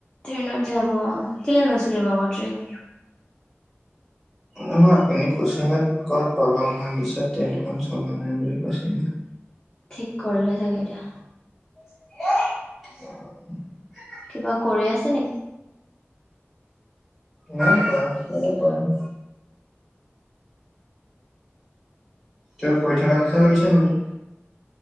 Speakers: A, on the left; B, in the centre.
A: ট্ৰেইনত যাব কেলে নচলিব আক ট্ৰেইন
B: নহয় আপুনি কৈছিলে কত পাব দলং ভাঙিছে ট্ৰেইনখন চলা নাই বুলি কৈছিলা
A: ঠিক কৰিলে ছাগে এতিয়া
B: <unintelligible>
A: কিবা কৰি আছে নে?
B: নাই কোৱা কি নো কৰিম কিবা কৰি থকা নিচিনা লাগিছে নেকি